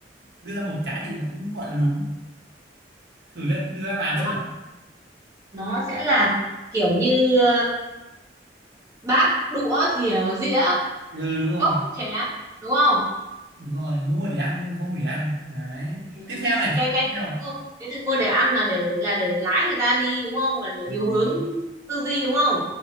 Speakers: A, on the right; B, on the right.
A: đưa ra một cái thì nó cũng gọi là đúng thử đ- đưa đáp án
B: nó
A: xem nào
B: nó sẽ là kiểu như ờ, bát đũa thìa dĩa
A: ừ đúng rồi
B: cốc chén đúng không
A: đúng rồi mua để ăn nhưng mà không để ăn đấy
B: Ừ.
A: tiếp theo này
B: cái cái
A: tiếp theo
B: từ mua cái từ mua để ăn là để là để lái người ta đi đúng không là để
A: đúng
B: điều
A: rồi
B: hướng tư duy đúng không